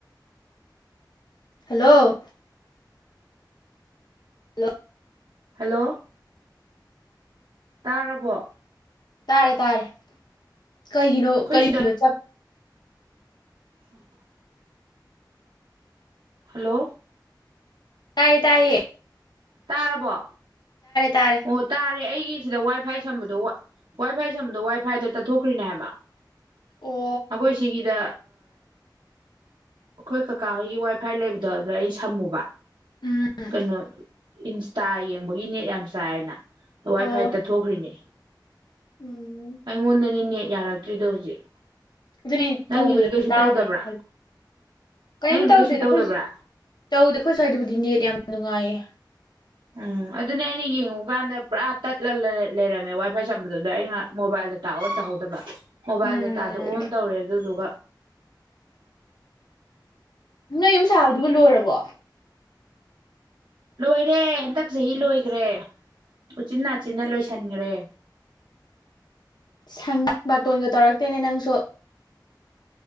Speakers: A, on the left; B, on the right.
A: ꯍꯜꯂꯣ ꯍꯜꯂꯣ
B: ꯍꯜꯂꯣ ꯇꯥꯔꯕꯣ
A: ꯇꯥꯔꯦ ꯇꯥꯔꯦ ꯀꯩꯒꯤꯅꯣ
B: ꯑꯩꯈꯣꯏ
A: ꯀꯔꯤꯒꯤꯅꯣ ꯆꯞ
B: ꯎꯝ ꯍꯜꯂꯣ
A: ꯇꯌꯦ ꯇꯌꯦ
B: ꯇꯥꯔꯕꯣ
A: ꯇꯥꯔꯦ
B: ꯑꯣ ꯇꯥꯔꯦ ꯑꯩꯒꯤ ꯁꯤꯗ ꯋꯥꯏ ꯐꯥꯏ ꯁꯝꯕꯗꯣ ꯋꯥꯏ ꯐꯥꯏ ꯁꯝꯕꯗꯣ ꯋꯥꯏ ꯐꯥꯏꯗꯣ ꯇꯠꯊꯣꯛꯈ꯭ꯔꯤꯅꯦ ꯍꯥꯏꯕ
A: ꯑꯣ
B: ꯑꯩꯈꯣꯏ ꯁꯤꯒꯤꯗ ꯑꯈꯣꯏ ꯀꯀꯥ ꯍꯣꯏꯒꯤ ꯋꯥꯏ ꯐꯥꯏ ꯂꯩꯕꯗꯣ ꯑꯗꯨꯗ ꯑꯩ ꯁꯝꯃꯨꯕ
A: ꯎꯝ
B: ꯀꯩꯅꯣ ꯏꯟ ꯇꯥ ꯌꯦꯡꯕꯒꯤ ꯅꯦꯠ ꯌꯥꯝ ꯆꯥꯏꯅꯥ ꯋꯥꯏꯐꯥꯏꯇ
A: ꯑꯣ
B: ꯊꯣꯛꯈ꯭ꯔꯤꯅꯦ
A: ꯎꯝ
B: ꯑꯩꯉꯣꯟꯗꯗꯤꯅꯦ ꯌꯥꯔꯛꯇ꯭ꯔꯤꯗꯣ ꯍꯧꯖꯤꯛ
A: ꯑꯗꯨꯅꯦ
B: ꯅꯪꯒꯤꯗꯤ
A: ꯀꯧꯕꯗ
B: ꯀꯩꯁꯨ
A: ꯇꯥꯗꯦꯅ
B: ꯇꯧꯗꯕ꯭ꯔꯥ
A: ꯈꯜꯂꯤ ꯀꯔꯤꯝ
B: ꯅꯪꯒꯤꯗꯤ
A: ꯇꯧꯗꯦꯗ
B: ꯀꯩꯁꯨ ꯇꯧꯗꯕ꯭ꯔꯥ
A: ꯑꯩꯈꯣꯏ ꯇꯧꯗ ꯑꯩꯈꯣꯏ ꯁ꯭ꯋꯥꯏꯗꯕꯨꯗꯤ ꯅꯦꯠ ꯌꯥꯝ ꯅꯨꯡꯉꯥꯏꯌꯦ
B: ꯎꯝ ꯑꯗꯨꯅꯦ ꯑꯩꯅ ꯌꯦꯡꯉꯨꯀꯥꯟꯗ ꯄꯨꯔꯥ ꯇꯠꯂ ꯂꯩꯔꯝꯃꯦ ꯋꯥꯏ ꯐꯥꯏ ꯆꯝꯕꯗꯨꯗ ꯑꯩꯅ ꯃꯣꯕꯥꯏꯜ ꯗꯇꯥ ꯑꯣꯟ ꯇꯧꯍꯧꯗꯕ ꯃꯣꯕꯥꯏꯜ
A: ꯎꯝ
B: ꯗꯇꯥꯗꯣ ꯑꯣꯟ ꯇꯧꯔꯦ ꯑꯗꯨꯗꯨꯒ
A: ꯅꯣꯏ ꯌꯨꯝ ꯁꯥꯥꯕꯗꯨꯕꯨ ꯂꯣꯏꯔꯕ ꯋꯥ
B: ꯂꯣꯏꯔꯦ ꯍꯟꯗꯛ ꯆꯍꯤ ꯂꯣꯏꯈ꯭ꯔꯦ ꯎꯆꯤꯟꯅꯥꯆꯤꯟꯅ ꯂꯣꯏꯁꯤꯟꯒ꯭ꯔꯦ
A: ꯁꯪ ꯕꯥꯇꯣꯟꯒ ꯇꯧꯔꯛꯇꯦꯅꯦ ꯅꯪꯁꯨ